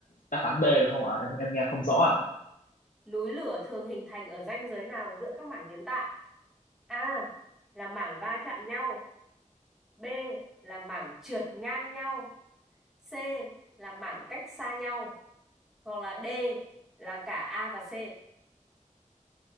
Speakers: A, on the left (about 80°); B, in the centre.
A: đáp án B được không ạ em em nghe không rõ ạ
B: Núi lửa thường hình thành ở ranh giới nào giữa các mảng kiến tạo? A là mảng va chạm nhau, B là mảng trượt ngang nhau, C là mảng cách xa nhau hoặc là D là cả A và C.